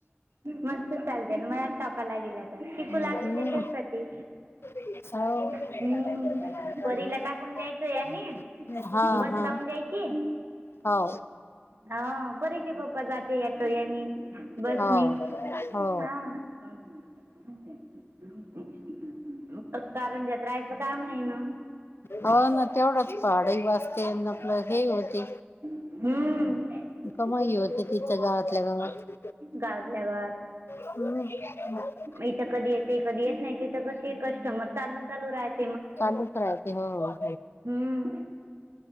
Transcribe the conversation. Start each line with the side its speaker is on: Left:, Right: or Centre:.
Right: मस्त चालतेना मला आज टाकाय लागेल आता शिकू
Left: हम्म.
Right: लागली त्याच्यासाठी
Left: <unintelligible>
Right: हम्म. परीला टाकून द्यायचं यांनी
Left: हा
Right: बस
Left: हा
Right: लावून द्यायची
Left: हो.
Right: हा परीचे पप्पा जाते याटो यानी बसनी
Left: हो हो
Right: हा. <unintelligible> कारंजात राहायचं काय काम नाही ना
Left: हो. ना. तेवढंच पहाड ही वाचते आपलं हे होते.
Right: हम्म.
Left: आत्ता नाहीये वाटतं तिच्या गावातल्या गावात
Right: गावातल्या गावात.
Left: हम् ह <unintelligible>
Right: इथं कधी येते कधी येत नाही तिथं कशी कस्टमर चालून चालू राहत
Left: चालूच राहते हो हो.
Right: हम्म